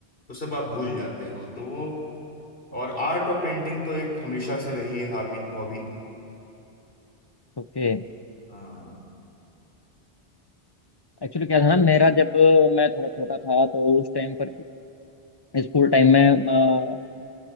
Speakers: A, on the left; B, on the left.
A: वो सब आप भूल जाते हो तो वो और आर्ट और पेंटिंग तो एक हमेशा से रही है हॉबी हॉबी
B: ओके
A: हाँ
B: एक्चुअली क्या था ना मेरा जब मैं थोड़ा छोटा था तो उस टाइम पर स्कूल टाइम में अ,